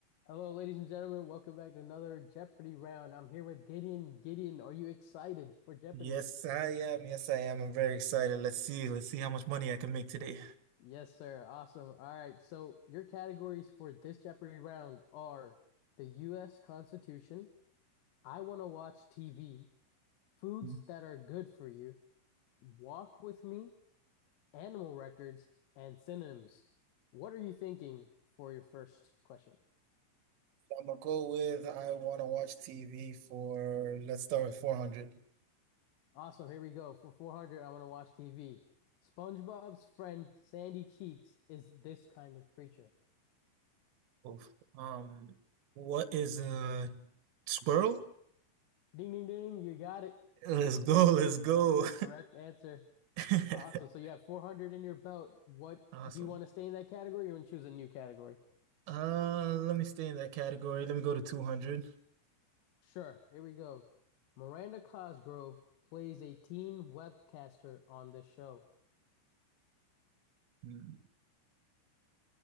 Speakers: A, on the left; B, on the right.
A: Hello, ladies and gentlemen. Welcome back to another Jeopardy round. I'm here with Gideon. Gideon, are you excited for Jeopardy?
B: Yes, I am. Yes, I am. I'm very excited. Let's see. Let's see how much money I can make today.
A: Yes, sir. Awesome. All right. So, your categories for this Jeopardy round are the U.S. Constitution, I Want to Watch TV, Foods
B: Mm.
A: That Are Good for You, Walk with Me, Animal Records, and Synonyms. What are you thinking for your first question?
B: I'm gonna go with I want to watch TV for let's start with 400.
A: Awesome. Here we go. For 400, I want to watch TV. SpongeBob's friend Sandy Cheeks is this kind of creature.
B: Oof. Um, what is a squirrel?
A: Ding, ding, ding. You got it.
B: Let's go. Let's go.
A: That's the correct answer.
B: <laughs>
A: Awesome. So you have 400 in your belt. What
B: Awesome.
A: do you want to stay in that category or you want to choose a new category?
B: Uh, let me stay in that category. Let me go to 200.
A: Sure. Here we go. Miranda Cosgrove plays a teen webcaster on the show.
B: Hmm.